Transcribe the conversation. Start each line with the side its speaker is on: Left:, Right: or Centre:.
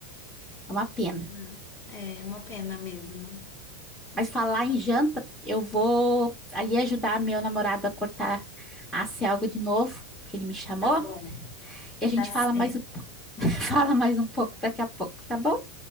Centre: É uma pena.
Left: Hum, É uma pena mesmo.
Centre: Mas falar em janta, eu vou ali ajudar meu namorado a cortar a algo de novo, que ele me chamou,
Left: Tá bom,
Centre: e a gente
Left: tá
Centre: fala
Left: certo.
Centre: mais, o- <laughs> fala mais um pouco daqui a pouco, tá bom?